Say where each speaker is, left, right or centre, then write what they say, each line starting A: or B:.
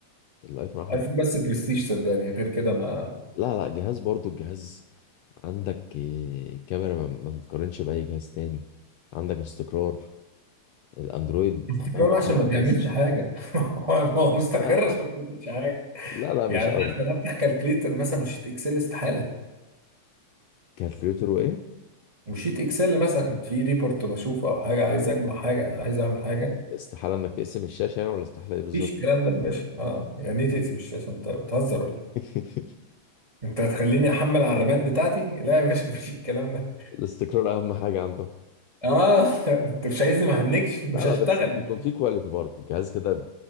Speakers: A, on the left (about 80°); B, on the right (about 35°).
A: الايفون احلى
B: ايفون بس برستيج صدقني غير كده ما
A: لا لا جهاز برضه الجهاز عندك آه، كاميرا ما ما تتقارنش باي جهاز تاني عندك استقرار الاندرويد
B: استقرار
A: مهما كان
B: عشان
A: الجهاز
B: ما بيعملش حاجه <laughs> هو هو مستقر
A: آه،
B: عشان ما بيعملش حاجه
A: لا لا مش
B: يعني
A: قوي
B: انا عشان افتح كالكليتر مثلا مش شيت اكسل استحاله
A: كالكوليتور وايه
B: وشيت اكسل مثلا في ريبورت بشوفه او حاجه عايز اجمع حاجه عايز اعمل حاجه
A: استحالة انك تقسم الشاشة يعني ولا استحالة ايه بالظبط
B: مفيش الكلام ده يا باشا اه يعني ايه تقسم الشاشه انت بتهزر ولا ايه
A: <laughs>
B: انت هتخليني احمل على الرامات بتاعتي لا يا باشا <laughs> مفيش الكلام ده
A: الاستقرار اهم حاجة عندهم
B: اه <laughs> انت مش عايزني ما هنكش مش
A: لا لا
B: هشتغل
A: بس بيكون في كواليتي برضه الجهاز كده